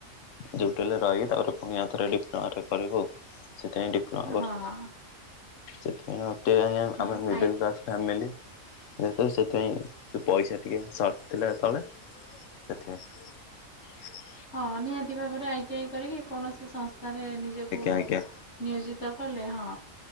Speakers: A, on the left; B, on the left.
A: ଯୋଉଠି। ହେଲେ ରାହିକି ତାପରେ ପୁଣି ଆ ଥରେ ଡିପ୍ଲୋମାରେ କରିବୁ। ସେଥିପାଇଁ ଡିପ୍ଲୋମା କରୁଛି
B: ହଁ
A: ସେଥିପାଇଁ ମୋତେ ଆଜ୍ଞା
B: ହଁ
A: ଆମ ମିଡ଼ିଲ୍
B: ଆଇ
A: କ୍ଲାସ୍ ଫ୍ୟାମିଲି ଯେତୁ ସେଥିପାଇଁ ପଇସା ଟିକେ ସଟ ଥିଲା ସେତେବେଳେ ସେଥିାଇଁ।
B: ହଁ ନିହାତି ଭାବରେ ଆଇଟି ଆଇ କରିକି କୌଣସି ସଂସ୍ ତାରେ ନିଜକୁ
A: ଆଜ୍ଞା ଆଜ୍ଞା
B: ନିୟୋଜିତ କଲେ ହଁ।